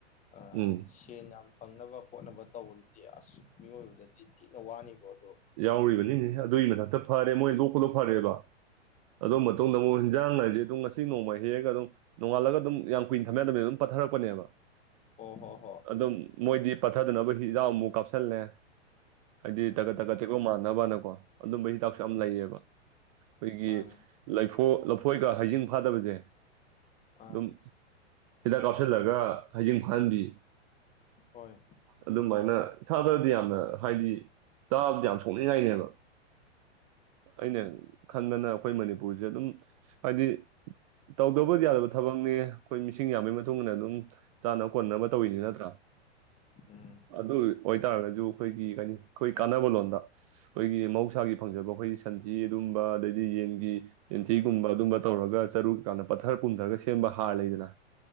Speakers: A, on the left; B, on the right.
A: ꯑ
B: ꯎꯝ
A: ꯁꯦꯟ ꯌꯥꯝ ꯐꯪꯅꯕ ꯈꯣꯠꯅꯕ ꯇꯧꯕꯗꯨꯗꯤ ꯑꯁ ꯃꯤꯑꯣꯏꯕꯗꯗꯤ ꯊꯤꯅ ꯋꯥꯅꯤꯀꯣ ꯑꯗꯣ
B: ꯌꯥꯎꯔꯤꯕꯅꯤꯅꯦꯍꯦ ꯑꯗꯨꯏ ꯃꯊꯛꯇ ꯐꯔꯦ ꯃꯣꯏ ꯂꯣꯛꯄꯗꯣ ꯐꯔꯦꯕ ꯑꯗꯨ ꯃꯇꯨꯡꯗ ꯑꯃꯨꯛ ꯍꯤꯟꯖꯥꯡ ꯍꯥꯏꯁꯤ ꯑꯗꯨꯝ ꯉꯁꯤ ꯅꯣꯡꯃ ꯍꯦꯛꯑꯒ ꯑꯗꯨꯝ ꯅꯣꯡꯉꯥꯜꯂꯒ ꯑꯗꯨꯝ ꯌꯥꯝ ꯀꯨꯏꯅ ꯊꯝꯌꯥꯗꯝꯃꯦꯅ ꯑꯗꯨꯝ ꯄꯠꯊꯔꯛꯄꯅꯦꯕ
A: ꯑꯣ ꯍꯣ ꯍꯣ
B: ꯑꯗꯨꯝ ꯃꯣꯏꯗꯤ ꯄꯠꯊꯗꯅꯕ ꯍꯤꯗꯥꯛ ꯑꯃꯨꯛ ꯀꯥꯞꯁꯜꯂꯦ ꯍꯥꯏꯗꯤ
A: ꯎꯝ
B: ꯇꯒꯠ ꯀ ꯃꯥꯟꯅꯕꯅꯀꯣ ꯑꯗꯨꯝꯕ ꯍꯤꯗꯥꯛꯁꯨ ꯌꯥꯝ
A: ꯎꯝ
B: ꯂꯩꯌꯦꯕ ꯑꯩꯈꯣꯏꯒꯤ
A: ꯃꯥꯅꯦ
B: ꯂꯩꯐꯣ ꯂꯐꯣꯏꯒ ꯍꯩꯖꯤꯡ ꯐꯥꯗꯕꯁꯦ
A: ꯑꯥ
B: ꯑꯗꯨꯝ ꯍꯤꯗꯥꯛ ꯀꯥꯞꯁꯤꯜꯂꯒ ꯍꯩꯖꯤꯡ ꯐꯥꯍꯟꯕꯤ
A: ꯍꯣꯏ
B: ꯑꯗꯨꯃꯥꯏꯅ ꯏꯁꯥꯗꯗꯤ ꯌꯥꯝꯅ ꯍꯥꯏꯗꯤ ꯆꯕꯗ ꯌꯥꯝ ꯁꯣꯛꯅꯤꯡꯉꯥꯏꯅꯦꯕ ꯑꯩꯅ ꯈꯟꯕꯅ ꯑꯩꯈꯣꯏ ꯃꯅꯤꯄꯨꯔꯁꯦ ꯑꯗꯨꯝ ꯍꯥꯏꯗꯤ ꯇꯧꯗꯕꯨꯗꯤ ꯌꯥꯗꯕ ꯊꯕꯛꯅꯦ ꯑꯩꯈꯣꯏ ꯃꯤꯁꯤꯡ ꯌꯥꯝꯕꯩ ꯃꯇꯨꯡ ꯏꯟꯅ ꯑꯗꯨꯝ ꯆꯥꯅꯕ ꯀꯣꯟꯅꯅꯕ ꯇꯧꯋꯤꯅꯤ ꯅꯠꯇ꯭ꯔꯥ
A: ꯎꯝ
B: ꯑꯗꯨ ꯑꯣꯏꯇꯥꯔꯒꯁꯨ ꯑꯩꯈꯣꯏꯒꯤ ꯀꯅꯤ ꯈꯣꯏ ꯀꯥꯟꯅꯕ ꯂꯣꯟꯗ ꯑꯩꯈꯣꯏꯒꯤ ꯃꯍꯧꯁꯥꯒꯤ ꯐꯪꯖꯕ ꯑꯩꯈꯣꯏꯒꯤ ꯁꯟꯊꯤ ꯑꯗꯨꯝꯕ ꯑꯗꯩꯗꯤ ꯌꯦꯟꯒꯤ ꯌꯦꯟꯊꯤꯒꯨꯝꯕ ꯑꯗꯨꯝꯕ ꯇꯧꯔꯒ ꯆꯔꯨꯀꯩꯀꯥꯟꯅ ꯄꯠꯊꯔ ꯄꯨꯝꯊꯔꯒ ꯁꯦꯝꯕ ꯍꯥꯔ ꯂꯩꯗꯅ